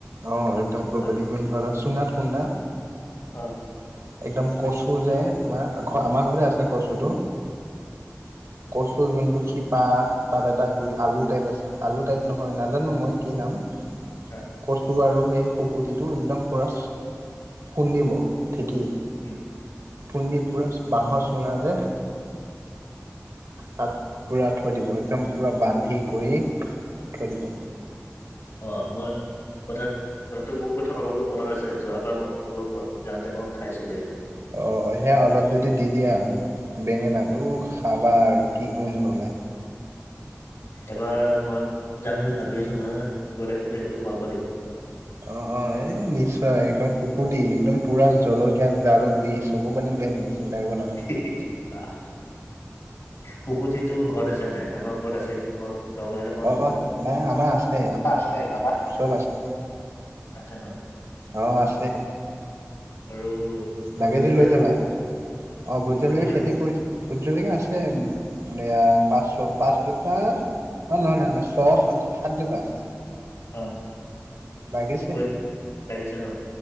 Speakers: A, on the right (about 75°); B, on the left (about 90°).
A: অ'! একদম শুকতি
B: অ',
A: গোন্ধ এটা, চুঙাত খুন্দা।
B: অ'!
A: একদম কঁচু যে তোমাৰ, আমাৰ ঘৰতে আছে, কচুটো। কচু যোনটো শিপা, তাত এটা গুৰি, আলু টাইপ আছে, আলু টাইপ নহয়, নাজানোঁ মই কি নাম?
B: অ',
A: কচু আৰু সেই, শুকতিটো একদম পূৰা, খুন্দিব ঢেঁকীত।
B: উম!
A: খুন্দি পূৰা, বাঁহৰ চুঙা যে, তাত, পূৰা থৈ দিব, একদম পূৰা বান্ধি কৰি, থৈ দিব।
B: অ'! মই কথা, কথাটো মোৰ কথা, অলপ--অলপ মনত আছে। যোৱাবাৰ মই, তোমালোকৰ ঘৰত যাওঁতে, মই খাইছিলোঁ, এইটো।
A: অ'! সেয়া, অলপ যদি দি দিয়া, বেঙেনাত। উহ! খাবা আৰু কি গোন্ধ ওলাই।
B: এবাৰ মই, যাম বুলি ভাবি আছোঁ, নহয়! গ'লে কিন্তু, সেইটো খুৱাব লাগিব?
A: অ' অ'! এ, নিশ্চয়। একদম, শুকতি একদম পূৰা, জলকীয়া জালুক দি, চকু পানী উলিয়াই দিম। চিন্তা কৰিব নাই।
B: হি, হি, হি! আহ! শুকতিটো ঘৰত আছে নাই? আমাৰ ঘৰত আছে। মই দৰকাৰ হ'লে, মই
A: অ
B: লৈ যাম।
A: নাই
B: অ'!
A: আমাৰ আছে
B: আমাৰ আছে, আমাৰ।
A: চব আছে
B: আছে ন'?
A: অ'! আছে।
B: আৰু ভোট
A: লাগে
B: জলকীয়াটো
A: যদি লৈ যাবা? অ'! ভোটজলকীয়া
B: ভোট জলকীয়া
A: খেতি কৰিছোঁ। ভোটজলকীয়া আছে। এইয়া, পাঁচ- পাঁচ জোপা। অ'! নহয়, নহয়, ছয়- সাতজোপা আছে।
B: অ'!
A: লাগিছে
B: <unintelligible> লাগিছে ন'?